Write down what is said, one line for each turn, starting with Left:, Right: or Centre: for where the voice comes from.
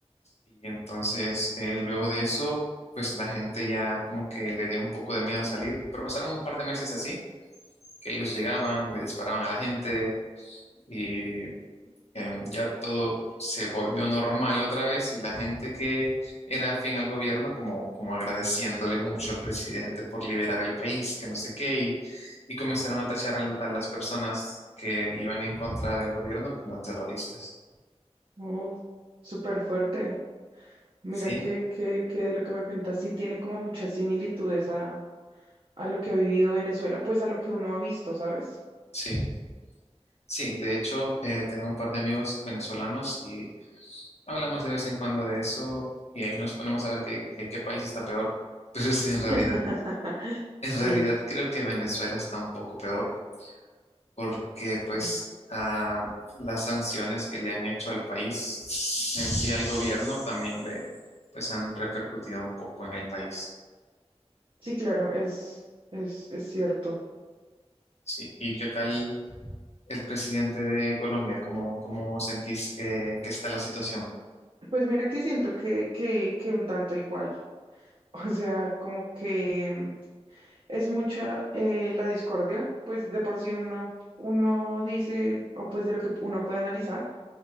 Left: Y entonces, eh, luego de eso, pues la gente ya como que le dio un poco de miedo a salir, pero pasaron un par de meses así, que ellos llegaban, le disparaban a la gente y em, ya todo se volvió normal otra vez y la gente que era afín al gobierno como, como agradeciéndole mucho al presidente por liberar el país, que no sé qué, y, y comenzaron a tachar al- a, las personas que iban en contra del gobierno como terroristas.
Right: Uf, súper fuerte. Mira
Left: Sí,
Right: que, que, que de lo que me cuentas sí tiene como muchas similitudes a, a lo que ha vivido Venezuela, pues a lo que uno ha visto, ¿sabes?
Left: sí. Sí, de hecho, eh, tengo un par de amigos venezolanos y hablamos de vez en cuando de eso y ahí nos ponemos a ver qué, qué- qué país está peor. <laughs> Pero sí, en realidad,
Right: <laughs>
Left: en realidad
Right: Sí,
Left: creo que Venezuela está un poco peor porque
Right: sí,
Left: pues ah, las sanciones que le han hecho al país en sí al gobierno también le pues han repercutido un poco en el país.
Right: Sí, claro, es, es, es cierto.
Left: Sí. ¿Y qué tal el presidente de Colombia? ¿Cómo, cómo sentís que, que está la situación?
Right: Pues mira que siento que, que, que un tanto igual. <laughs> O sea, como que mm, es mucha eh, la discordia, pues de por sí uno, uno dice, o pues de lo que uno puede analizar.